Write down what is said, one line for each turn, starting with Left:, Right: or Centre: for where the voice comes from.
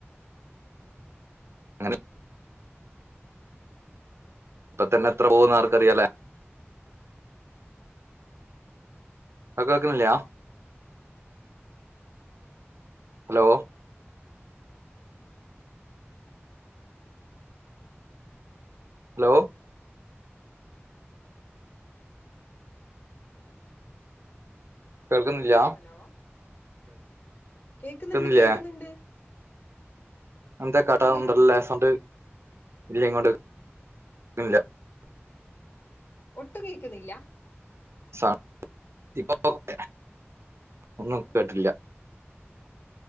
Right: അങ്ങനെ ഇപ്പ തന്നെ എത്ര പോകുന്നാർക്കറിയാലേ ആ കേക്കുന്നില്ലാ ഹലോ ഹലോ കേൾക്കുന്നില്ല
Left: ഹലോ കേക്ക്ന്ന്ണ്ട്
Right: കേൾക്കുന്നില്ലേ
Left: കേക്ക്ന്ന്ണ്ട്
Right: <unintelligible>
Left: കേക്കുന്നില്ല ഒട്ടും കേക്കുന്നില്ല
Right: സാർ ഇപ്പൊ <unintelligible> ക്കെ ഒന്നും
Left: ഉം
Right: കേട്ടില്ല